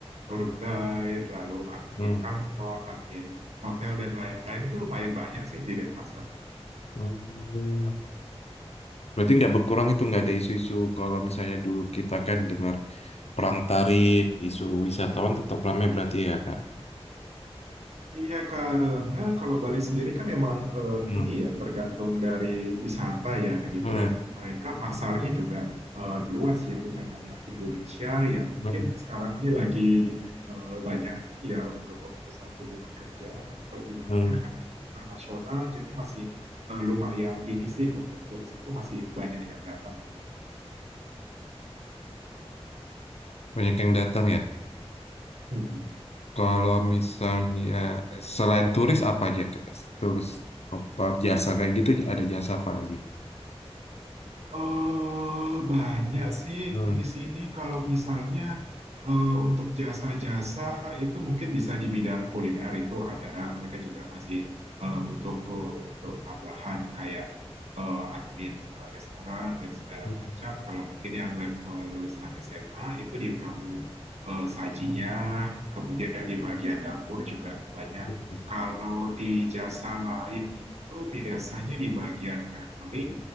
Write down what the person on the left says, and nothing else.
hmm,
hmm. Berarti nggak berkurang itu nggak ada isu-isu kalau misalnya dulu kita kan dengar perang tarif, isu wisatawan tetap ramai berarti ya Kak?
Hmm,
hmm,
hmm,
hmm.
Banyak yang datang ya.
Kalau misalnya selain turis apa aja? Kak? Turis apa jasa kayak gitu ada jasa apa lagi?
Hmm,
hmm,
hmm,